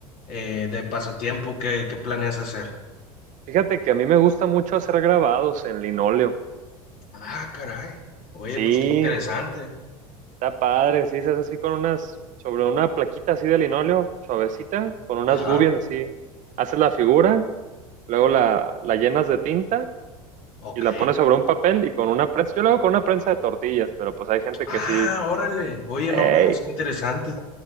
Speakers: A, on the left; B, on the right.
A: eh, de pasatiempo? ¿Qué, qué planeas hacer?
B: Fíjate que a mí me gusta mucho hacer grabados en linóleo.
A: Ah, caray. Oye,
B: Sí,
A: pues qué interesante.
B: está padre, sí, se hace así con unas, sobre una plaquita así de linóleo, suavecita, con unas
A: Ajá,
B: gubias así. Haces la figura, luego la, la llenas de tinta
A: ok.
B: y la pones sobre un papel y con una prensa, yo lo hago con una prensa de tortillas, pero pues hay gente
A: Ah,
B: que sí,
A: órale. Oye,
B: hey,
A: no más, qué interesante.